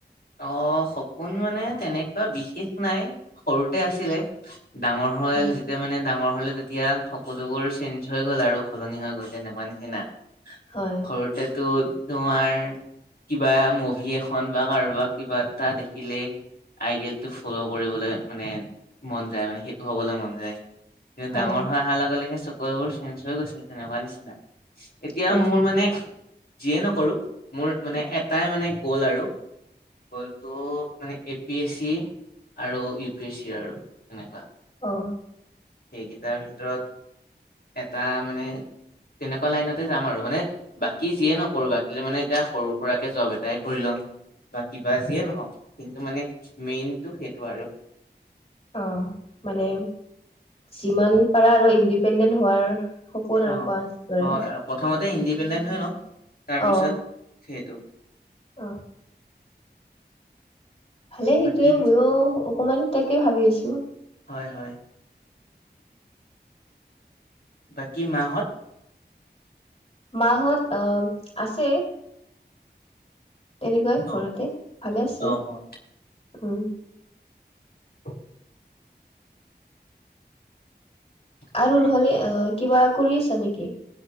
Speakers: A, on the left (about 65°); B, on the left (about 35°).
A: অ সপোন মানে তেনেকুৱা বিশেষ নাই সৰুতে আছিলে ডাঙৰ হল
B: অ
A: যেতিয়া মানে ডাঙৰ হলে তেতিয়া সকলোবোৰ চেঞ্জ হৈ গ'ল আৰু সলনি হৈ গ'ল তেনেকুৱা নিচিনা
B: হয়
A: সৰুতেতো তোমাৰ কিবা মুভি এখন বা কাৰোবাক কিবা এটা দেখিলে আইডিয়েলটো ফলৌ কৰিবলৈ মানে মন যায় মানে সেইটো হবলৈ মন যায় কিন্তু
B: হয়
A: ডাঙৰ হোৱা অহাৰ লগে লগে চকৰিবোৰ চেঞ্চ হৈ গৈছে তেনেকুৱা নিচিনা এতিয়া
B: হয়
A: মোৰ মানে যিয়ে নকৰো মোৰ মানে এটাই মানে গ'ল আৰু গলটো মানে এ পি এছ চি আৰু ইউ পি এছ চি আৰু তেনেকুৱা
B: অ
A: সেইকেইটাৰ ভিতৰত এটা মানে তেনেকুৱা লাইনতে যাম আৰু মানে বাকী যিয়ে নকৰো বাকী মানে এতিয়া সৰু সুৰাকে জব এটাই কৰি লম বা কিবা যিয়ে নহওক কিন্তু মানে মেইনটো সেইটো আৰু
B: অ মানে যিমান পাৰা আৰু ইণ্ডিপেণ্ডেন্ট হোৱাৰ সপোন আৰু
A: অ
B: কোৱা দৰে
A: অ প্ৰথমতে ইণ্ডি ইণ্ডিপেণ্ডেন্ট হৈ লও তাৰপিছত
B: অ
A: সেইটো
B: অ' ভালে সেইটোৱে,
A: বাকী
B: ময়ো অকমান তাকে ভাবি আছিলোঁ।
A: হয়, হয়। বাকী মা হঁত
B: মা হঁত আছে। তেনেকুৱাই, ঘৰতে,
A: অ
B: ভালে আছে,
A: অ অ
B: উম।
A: <inaudible>
B: আৰু
A: হয়
B: নহলে, আ, কিবা কৰি আছা নেকি?